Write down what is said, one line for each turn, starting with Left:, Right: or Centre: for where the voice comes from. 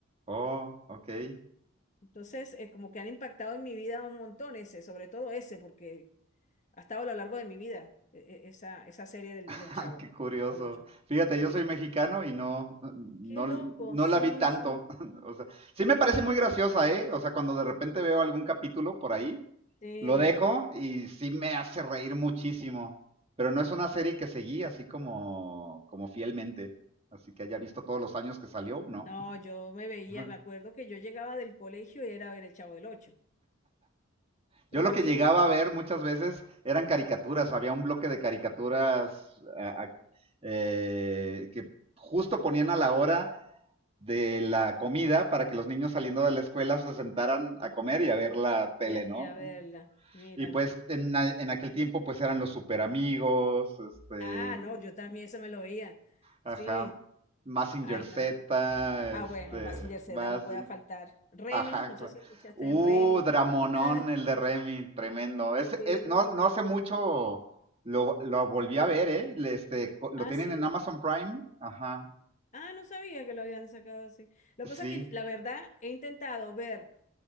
Right: Oh, ok. <laughs>
Left: Entonces, eh, como que han impactado en mi vida un montón ese, sobre todo ese, porque ha estado a lo largo de mi vida, e- e- esa, esa serie del,
Right: Ah,
Left: del Chavo,
Right: Qué curioso.
Left: el Chavo el Ocho.
Right: Fíjate,
Left: Sí.
Right: yo soy mexicano y no, no,
Left: Qué loco,
Right: no
Left: sí,
Right: la vi tanto.
Left: sí,
Right: <laughs> O sea, sí me parece
Left: sí,
Right: muy graciosa, ¿eh? O sea, cuando de repente veo algún capítulo por ahí,
Left: sí.
Right: lo dejo y sí me hace reír muchísimo. Pero no es una serie que seguí así como, como fielmente. Así que haya visto todos los años que salió, ¿no?
Left: No, yo me veía,
Right: <laughs>
Left: me acuerdo que yo llegaba del colegio y era a ver el Chavo del Ocho. Tú
Right: Yo
Left: eras
Right: lo que
Left: fijo.
Right: llegaba a ver muchas veces eran caricaturas, había un bloque de caricaturas a- a- eh, que justo ponían a la hora de la comida para que los niños saliendo de la escuela se sentaran a comer y a ver la tele,
Left: Ya,
Right: ¿no?
Left: ya verla, mira.
Right: Y pues en, en aquel tiempo pues eran los super amigos, este,
Left: Ah, no, yo también eso me lo oía.
Right: ajá,
Left: Sí,
Right: Massinger
Left: ay,
Right: Z,
Left: no. Ah,
Right: este,
Left: bueno, el Mazinger Z
Right: más,
Left: no puede faltar. Remy,
Right: Ajá,
Left: no
Right: claro.
Left: sé si escuchaste
Right: Uh,
Left: el Remy.
Right: Dramonón,
Left: <laughs>
Right: el de Remy, tremendo. Es,
Left: Sí.
Right: es- no, no hace mucho lo, lo volví a ver, ¿eh? Le- Este, co- lo
Left: Ah,
Right: tienen
Left: sí.
Right: en Amazon Prime. Ajá,
Left: Ah, no sabía que lo habían sacado así. Lo
Right: sí,
Left: que pasa es que, la verdad, he intentado ver